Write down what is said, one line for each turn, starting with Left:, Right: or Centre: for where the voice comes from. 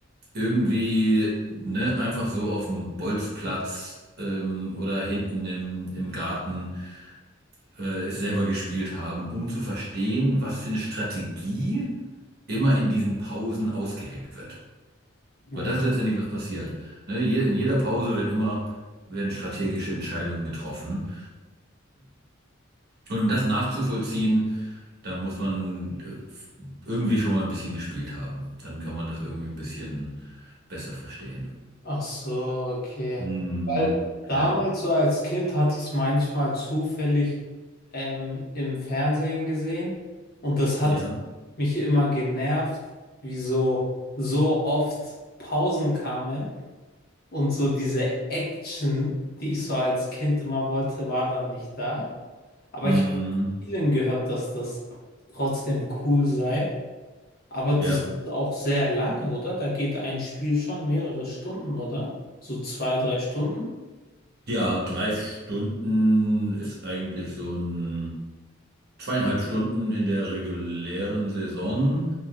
Right: irgendwie, ne, einfach so auf dem Bolzplatz ähm, oder hinten im, im Garten äh, es selber gespielt haben, um zu verstehen, was für eine Strategie immer in diesen Pausen ausgeheckt wird.
Left: Hm.
Right: Weil das ist letztendlich was passiert. Ne? je- In jeder Pause wird immer, werden strategische Entscheidungen getroffen. Und um das nachzuvollziehen, da muss man äh, irgendwie schon mal ein bisschen gespielt haben. Dann kann man das irgendwie ein bisschen besser verstehen.
Left: Ach so, okay.
Right: Hm,
Left: Weil damals
Right: ja,
Left: so als Kind hatte ich es manchmal zufällig ähm, im Fernsehen gesehen und das hat
Right: ja,
Left: mich immer genervt, wie so, so oft Pausen kamen. Und so diese Action, die ich so als Kind immer wollte, war dann nicht da. Aber
Right: hm,
Left: ich habe vielen gehört, dass das trotzdem cool sei. Aber das
Right: ja.
Left: ist auch sehr lange, oder? Da geht ein Spiel schon mehrere Stunden, oder? So zwei, drei Stunden.
Right: Ja, drei Stunden ist eigentlich so ein zweieinhalb Stunden in der regulären Saison.